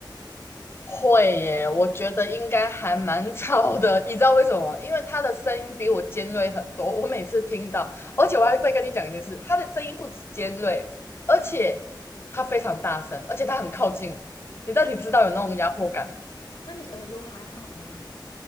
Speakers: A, on the left; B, on the left.
A: 会耶，我觉得应该还蛮吵的，<laughs> 你知道为什么吗？因为他的声音比我尖锐很多，我每次听到，而且我还再跟你讲一件事，他的声音不止尖锐，而且他非常大声，而且他很靠近，你到底知道有那种压迫感
B: 那你耳朵还好吗？